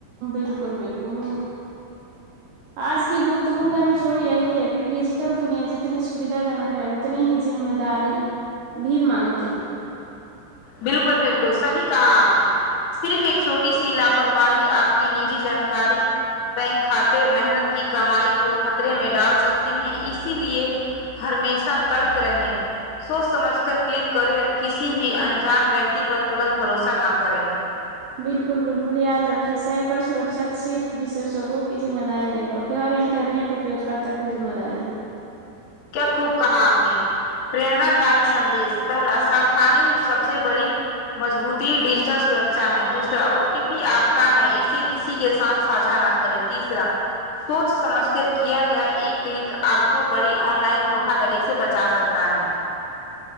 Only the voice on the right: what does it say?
بالکل بالکل آج کی گفتگو کا نچوڑ یہی ہے کہ ڈیجیٹل دنیا جتنی سودھا جنک ہے اتنی ہی ذمہ داری بھی مانگتی ہے
بالکل بالکل یاد رکھے سائبر سرکشا صرف وششجوں کی ذمہ داری نہیں بلکہ ہر انٹرنیٹ اپیو کرتا کی ذمہ داری ہے